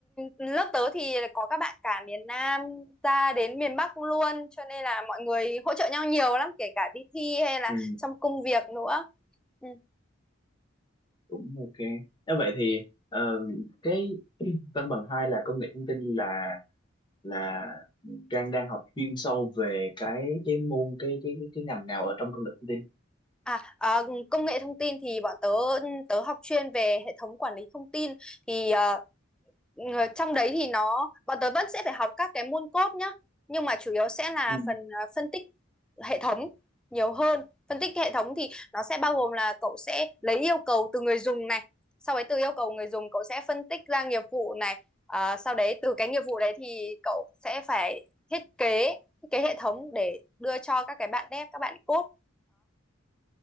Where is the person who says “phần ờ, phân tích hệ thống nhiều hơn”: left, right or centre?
Centre